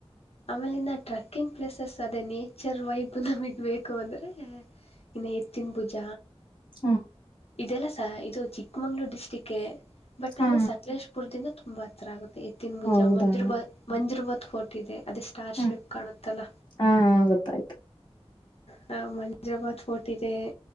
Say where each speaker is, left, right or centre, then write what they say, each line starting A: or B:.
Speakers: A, on the left; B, on the left.
A: ಆಮೇಲೆ ಇನ್ನ ಟ್ರೆಕ್ಕಿಂಗ್ ಪ್ಲೇಸಸ್ ಅದೇ ನೇಚರ್ ವೈಬ್ ನಮಗ್ ಬೇಕು ಅಂದ್ರೆ ಇನ್ನ ಎತ್ತಿನ ಬುಜ
B: ಹ್ಮ
A: ಇದೆಲ್ಲ ಇದು ಚಿಕ್ಕಮಂಗ್ಳೂರ್ ಡಿಸ್ಟಿಕ್ ಬಟ್
B: ಹಾ
A: ಆದ್ರೆ ಸಕಲೇಶಪುದಿಂದ ತುಂಬಾ ಹತ್ರ ಆಗುತ್ತೆ ಎತ್ತಿನ ಬುಜ
B: ಹೌದಾ
A: ಮುಜರಾಬಾದ್ ಮುಜರಾಬಾದ್ ಫೋರ್ಟ್ ಇದೆ ಅದು ಸ್ಟಾರ್ಷೇಪ್
B: ಹ್ಮ
A: ಕಾಣುತ್ತಲ್ಲ
B: ಹಾ ಗೊತ್ತಾಯ್ತು
A: ಹ ಮಜರಾಬಾದ್ ಫೋರ್ಟ್ ಇದೆ